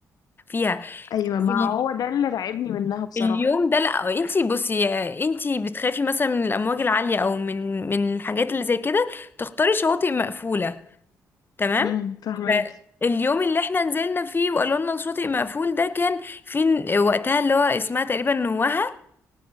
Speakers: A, on the left (about 30°); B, on the left (about 65°).
A: فيها
B: أيوة ما
A: في
B: هو ده اللي رعبني منها بصراحة
A: اليوم ده لا انتي بصي انتي بتخافي مثلا من الأمواج العالية أو من من الحاجات اللي زي كده تختاري شواطئ مقفولة تمام
B: مم. فهماكي
A: ف- اليوم اللي احنا نزلنا فيه وقالوا لنا الشاطئ مقفول ده كان في وقتها اللي هو اسمها تقريبا نوهة